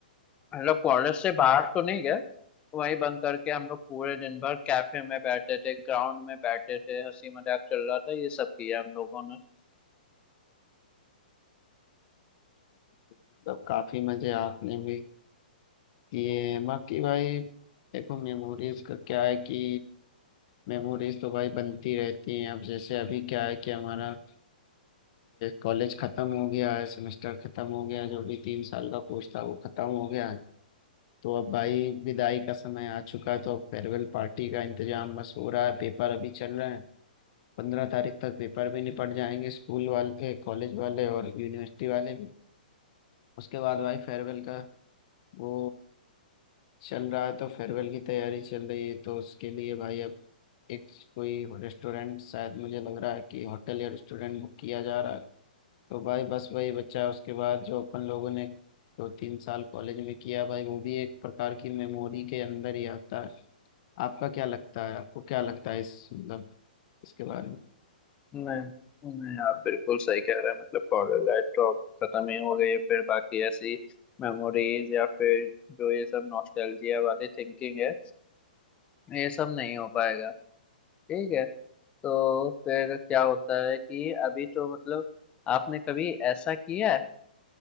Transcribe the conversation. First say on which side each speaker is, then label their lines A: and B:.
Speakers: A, on the left; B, on the left.
A: मतलब कॉलेज से बाहर तो नहीं गए वही बंक करके हम लोग पूरे दिन भर कैफे में बैठे थे ग्राउंड में बैठे थे हंसी मजाक चल रहा था ये सब किया हम लोगों
B: मतलब काफी मजे आपने भी किए हैं बाकी भाई देखो मेमोरीज का क्या है कि मेमोरीज तो भाई बनती रहती हैं अब जैसे अभी क्या है कि हमारा कॉलेज खत्म हो गया है सेमेस्टर खत्म हो गया जो भी तीन साल का कोर्स था वो खत्म हो गया है तो अब भाई विदाई का समय आ चुका है तो अब फेयरवेल पार्टी का इंतजाम बस हो रहा है पेपर अभी चल रहे हैं पंद्रह तारीख तक पेपर भी निपट जाएंगे स्कूल वाले कॉलेज वाले और यूनिवर्सिटी वाले भी उसके बाद भाई फेयरवेल का वो चल रहा है तो फेयरवेल की तैयारी चल रही है तो उसके लिए भाई अब एक कोई रेस्टोरेंट शायद मुझे लग रहा है कि होटल या रेस्टोरेंट बुक किया जा रहा है तो भाई बस वही बच्चा उसके बाद जो अपन लोगों ने दो तीन साल कॉलेज में किया भाई वो भी एक प्रकार की मेमोरी के अंदर ही आता है आपका क्या लगता है आपको क्या लगता है इस मतलब इसके बारे में
A: नहीं नहीं आप बिल्कुल सही कह रहे हैं मतलब पाउडर लाइट ड्रॉप खत्म ही हो गई है फिर बाकी ऐसी मेमोरीज या फिर जो ये सब नॉस्टैल्जिया वाली थिंकिंग है ये सब नहीं हो पाएगा ठीक है तो फिर क्या होता है कि अभी तो मतलब आपने कभी ऐसा किया है